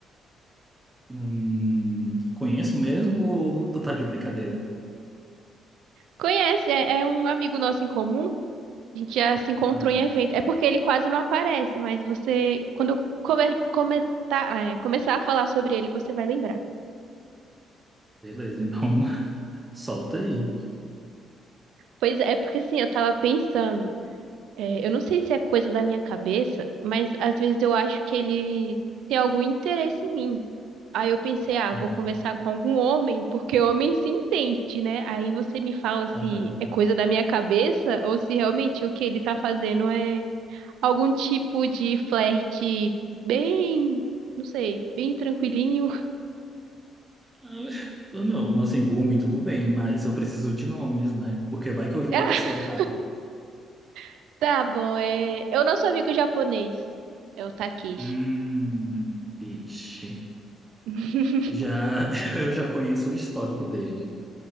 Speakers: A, on the right; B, on the right.
A: Hum, conheço mesmo ou tu tá de brincadeira?
B: Conhece, é, é um amigo nosso em comum. A gente já se encontrou
A: Ah,
B: em evento. É porque ele quase não aparece, mas você, quando eu come- comentar, é, começar a falar sobre ele, você vai lembrar.
A: beleza, então <laughs> solta aí.
B: Pois é, é porque assim, eu tava pensando. É, eu não sei se é coisa da minha cabeça, mas às vezes eu acho que ele tem algum interesse em mim. Aí eu pensei, ah,
A: Hum,
B: vou conversar com algum homem, porque homem se entende, né? Aí você me fala se
A: aham.
B: é coisa da minha cabeça ou se realmente o que ele tá fazendo é algum tipo de flerte bem, não sei, bem tranquilinho.
A: Ah, Não, assim, por mim tudo bem, mas eu preciso de nomes, né? Porque vai que eu jogo
B: <laughs>
A: a pessoa errada.
B: Ah, tá bom, é, é o nosso amigo japonês, é o Takeshi.
A: Hum, vixe.
B: <laughs>
A: Já, <laughs> eu já conheço o histórico dele.